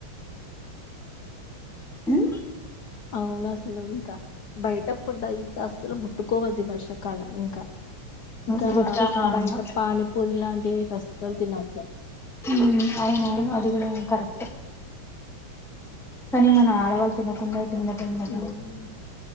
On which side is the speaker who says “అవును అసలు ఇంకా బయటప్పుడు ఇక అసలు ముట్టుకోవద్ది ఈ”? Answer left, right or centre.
Left